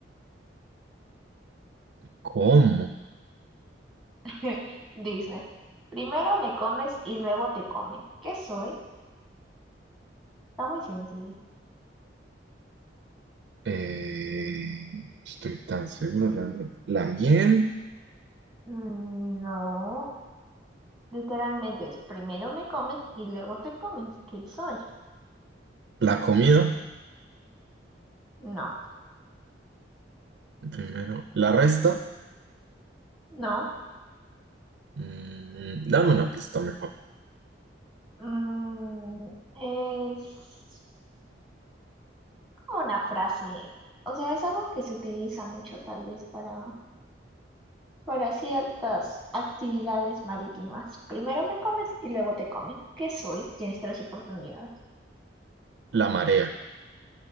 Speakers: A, on the right (about 60°); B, in the centre.
A: ¿Cómo?
B: <laughs> Dice. Primero me comes y luego te comen. ¿Qué soy? Está muy sencillo.
A: Eh, no estoy tan seguro realmente. ¿La miel?
B: Mm, No, literalmente es primero me comes y luego te comes. ¿Qué soy?
A: ¿La comida?
B: No,
A: Primero. ¿La resta?
B: no.
A: Mm, dame una pista mejor.
B: Mm, es como una frase. O sea, es algo que se utiliza mucho tal vez para para ciertas actividades marítimas. Primero me comes y luego te comen. ¿Qué soy? Tienes tres oportunidades.
A: La marea.